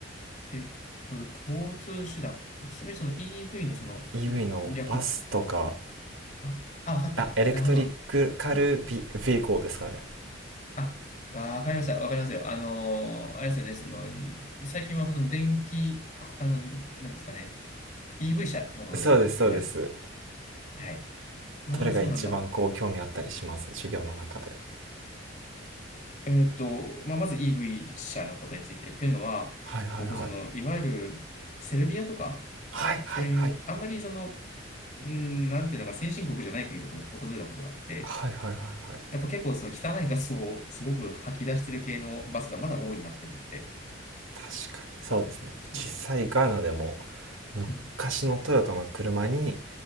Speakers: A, on the left; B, on the right.
A: えっと、交通手段。ちなみにその EV のその、
B: EV のバスとか
A: 略、あ、あ、わかった。
B: あエレクトリックカルビビーコーですかね
A: なるほど。あ、わかりました。わかりますよ。あのーあれですよね。その、うん最近はその電気、あ、あの、なんですかね。EV 車のことですよね。
B: そうですそうです
A: いわゆる。はい。ああ、
B: どれが一番こう興味あったりします授業の中で
A: そうなんだ。えーっと、まあ、まず EV 車のことについてっていうのは、
B: はいはいはい
A: 僕、その、いわゆるセルビアとか、
B: はいはいはい
A: そういう、あんまりその、うん、なんていうのか、先進国じゃない国とかも訪れたことがあって、
B: はいはいはいはい
A: やっぱ結構その汚いガスをすごく吐き出してる系のバスがまだ多いなって思って。
B: 確かにそうですね実際ガーナでも
A: そう。
B: 昔のトヨタの車に
A: うん。